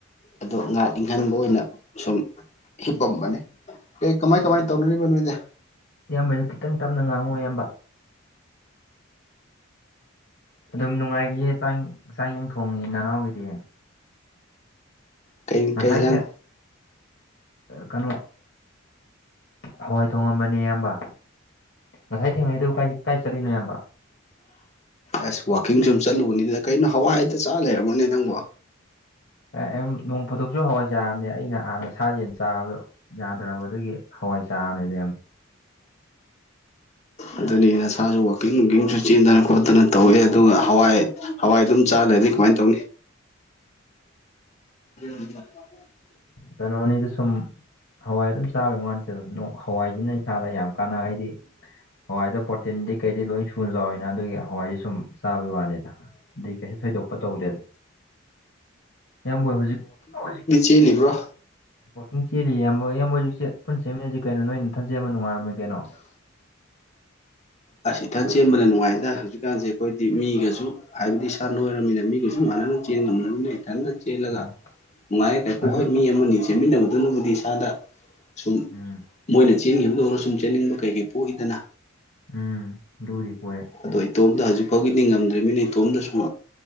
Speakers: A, on the left; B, on the left.
A: ꯑꯗꯣ ꯉꯥꯠ ꯏꯪꯍꯟꯕ ꯑꯣꯏꯅ ꯁꯨꯝ ꯍꯤꯞꯄꯝꯕꯅꯤ ꯀꯩ ꯀꯃꯥꯏ ꯀꯃꯥꯏꯅ ꯇꯧꯅꯔꯤꯕ ꯅꯣꯏꯁꯦ
B: ꯏꯌꯥꯝꯕꯅ ꯈꯤꯇꯪ ꯇꯞꯅ ꯉꯥꯡꯉꯣ ꯏꯌꯥꯝꯕ ꯑꯗꯨꯝ ꯅꯨꯡꯉꯥꯏꯈꯤꯌꯦ ꯆꯥꯡ ꯆꯥꯡꯌꯦꯡ ꯊꯣꯡꯉꯤ ꯅꯅꯥꯎꯒꯤꯗꯤ
A: ꯀ
B: ꯉꯁꯥꯏ
A: ꯀꯩꯪ
B: ꯊꯦ ꯀꯩꯅꯣ ꯍꯋꯥꯏ ꯊꯣꯡꯉꯝꯕꯅꯦ ꯑꯌꯥꯝꯕ ꯉꯁꯥꯏ ꯊꯦꯡꯅꯩꯗꯨ ꯀ ꯀꯥꯏ ꯆꯠꯂꯤꯅꯣ ꯏꯌꯥꯝꯕ
A: ꯑꯁ ꯋꯥꯋꯥꯛꯀꯤꯡ ꯁꯨꯝ ꯆꯠꯂꯨꯕꯅꯤꯗꯅ ꯀꯩꯅꯣ ꯍꯋꯥꯏꯗ ꯆꯥ ꯂꯩꯝꯔꯕꯅꯦ ꯅꯪꯕꯣ
B: ꯑꯦ ꯑꯗꯨꯝ ꯅꯣꯡ ꯐꯥꯗꯣꯛꯁꯨ ꯍꯋꯥꯏ ꯆꯥꯝꯅꯦ ꯑꯩꯅ ꯍꯥꯟꯅ ꯁꯥ ꯌꯦꯜ ꯆꯥꯕꯗꯣ ꯌꯥꯗ꯭ꯔꯕ ꯑꯗꯨꯒꯤ ꯍꯋꯥꯏ ꯆꯥꯔꯕꯅꯦꯗ ꯏꯌꯥꯝ
A: ꯑꯗꯨꯅꯤ ꯅꯁꯥꯁꯨ ꯋꯥꯛꯀꯤꯡ ꯋꯀꯤꯡꯁꯨ ꯆꯦꯟꯗꯅ ꯈꯣꯠꯇꯅ ꯇꯧꯋꯦ ꯑꯗꯨꯒ ꯍꯋꯥꯏ ꯍꯋꯥꯏ ꯑꯗꯨꯝ ꯆꯥꯍꯜꯂꯗꯤ ꯀꯃꯥꯏꯅ ꯇꯧꯅꯤ <unintelligible> <inaudible>
B: ꯀꯩꯅꯣꯅꯤꯗꯤ ꯁꯨꯝ ꯍꯋꯥꯏ ꯑꯗꯨꯝ ꯆꯥꯋ ꯃꯥꯟꯇꯦ ꯍꯋꯥꯏꯁꯤꯅ ꯏꯁꯥꯗ ꯌꯥꯝ ꯀꯥꯟꯅꯕ ꯍꯥꯏꯗꯤ ꯍꯋꯥꯏꯗ ꯇꯤꯟꯗꯩꯩ ꯀꯩꯗꯩꯩ ꯂꯣꯏ ꯁꯨꯅ ꯆꯥꯎꯋꯤꯅ ꯑꯗꯨꯒꯤ ꯍꯋꯥꯏꯖꯤ ꯁꯨꯝ ꯆꯥꯕꯒꯤ ꯋꯥꯅꯤ ꯑ ꯀꯩꯁꯨ ꯊꯣꯏꯗꯣꯛꯄ ꯇꯧꯗꯦꯅ ꯌꯥꯝꯃꯣꯏ ꯍꯧꯖꯤꯛ ꯍꯧꯖꯤꯛ
A: ꯀꯦ ꯂꯩꯕ꯭ꯔꯣ
B: ꯋꯥꯛꯀꯤꯡ ꯆꯦꯜꯂꯤ ꯌꯥꯝꯕ ꯏꯌꯥꯝꯕꯣꯏꯁꯨꯛꯦ ꯄꯨꯟ ꯆꯦꯦꯟꯃꯤꯟꯅꯁꯤ ꯀꯩꯅꯣ ꯅꯅ ꯊꯟꯖ ꯌꯥꯝꯕ ꯅꯨꯡꯉꯥꯏꯔꯝꯃ ꯀꯩꯅꯣ
A: ꯑꯁ ꯏꯊꯟ ꯁꯦꯝꯕꯅ ꯅꯨꯡꯉꯥꯏꯗ ꯍꯧꯖꯤꯛꯀꯥꯟꯁꯦ ꯑꯩꯈꯣꯏꯗꯤ ꯃꯤꯒꯁꯨ ꯍꯥꯏꯕꯗꯤ ꯏꯁ ꯅꯣꯏꯔꯃꯤꯅ ꯃꯤꯒꯁꯨ ꯃꯥꯟꯅꯅ ꯆꯦꯟ ꯉꯝꯗꯅꯤꯅ ꯏꯊꯟꯅ ꯆꯦꯜꯂꯒ
B: ꯎꯝ
A: ꯅꯨꯡꯉꯥꯏꯔꯦ ꯀꯥꯏꯄꯣ
B: ꯑꯗꯨ
A: ꯍꯣꯏ ꯃꯤ ꯑꯃꯅꯤ ꯁꯦꯝꯃꯤꯟꯅꯕꯗꯨꯅꯕꯨꯗꯤ ꯏꯁꯥꯗ ꯁꯨꯝ
B: ꯎꯝ
A: ꯃꯣꯏꯅ ꯆꯦꯟꯈꯤꯕꯗ ꯑꯣꯏꯔ ꯁꯨꯝ ꯆꯦꯟꯅꯤꯡꯕ ꯀꯩꯀꯩ ꯄꯣꯛꯏꯗꯅ
B: ꯎꯝ ꯑꯗꯨꯕꯨꯗꯤ ꯄꯣꯛꯑꯦ
A: ꯑꯗꯣ ꯏꯇꯣꯝꯗ ꯍꯧꯖꯤꯛ ꯐꯥꯎꯒꯤꯗꯤ ꯉꯝꯗ꯭ꯔꯤꯕꯃꯤꯅ ꯏꯇꯣꯝꯗꯁꯨꯨꯝ